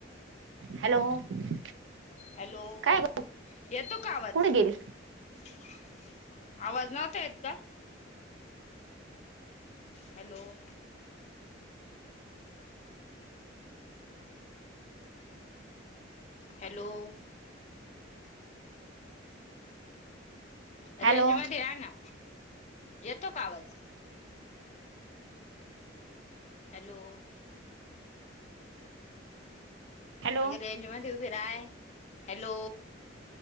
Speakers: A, on the right; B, on the left.
A: हॅलो <inaudible>
B: हॅलो
A: काय ग?
B: येतो का आवाज
A: कुठे गेली
B: <inaudible> आवाज नव्हता येत का हॅलो <inaudible> हॅलो <unintelligible>
A: हॅलो
B: रेंज मध्ये यानाना येतो कावाज <inaudible> हॅलो <unintelligible>
A: हॅलो
B: अग रेंज मध्येदे ऊभी <inaudible> काय हॅलो